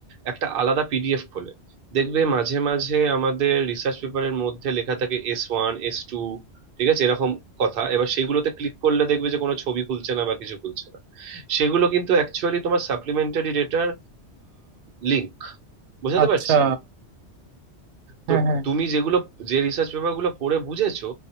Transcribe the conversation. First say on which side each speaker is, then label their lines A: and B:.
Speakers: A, on the right; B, on the right.
A: একটা আলাদা পিডিএফ খোলে দেখবে মাঝে মাঝে আমাদের রিসার্চ পেপারের মধ্যে লেখা থাকে এস ওয়ান এস টু ঠিক আছে এরকম কথা এবার সেগুলোতে ক্লিক করলে দেখবে যে কোনো ছবি খুলছে না বা কিছু খুলছে না সেগুলো কিন্তু অ্যাকচুয়ালি তোমার সাপ্লিমেন্টারি ডেটার লিঙ্ক বোঝাতে
B: আচ্ছা
A: পারছি
B: হ্যাঁ
A: তো
B: হ্যাঁ
A: তুমি যেগুলো যে রিসার্চ পেপার গুলো পড়ে বুঝেছো